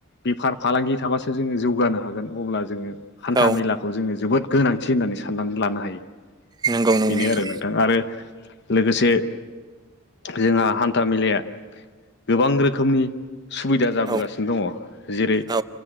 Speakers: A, on the left (about 55°); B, on the right (about 20°).
A: बेफार फालांगि थाबासो जोङो जौगानो हागोन अब्ला जोङो हान्था
B: औ
A: मेलाखौ जोङो जोबोद गोनांथि होननानै साननानै लानो हायो
B: नंगौ नंगौ
A: बेनो
B: नोंथां
A: आरो नों थां आरो लोगोसे जोंहा हान्था मेलाया गोबां रोखोमनि सुबिदा जाबोगासिनो
B: औ
A: दङ जेरै
B: औ